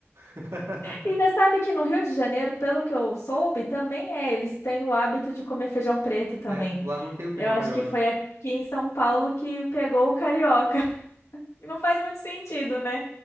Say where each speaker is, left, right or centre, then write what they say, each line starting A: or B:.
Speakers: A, on the right (about 85°); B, on the left (about 80°).
A: <laughs>
B: E já sabe que no Rio de Janeiro, pelo que eu soube, também é, eles têm o hábito de comer feijão preto também.
A: É, lá não tem o feijão
B: Eu acho
A: carioca.
B: que foi aqui em São Paulo que pegou o carioca. <laughs> E não faz muito sentido, né?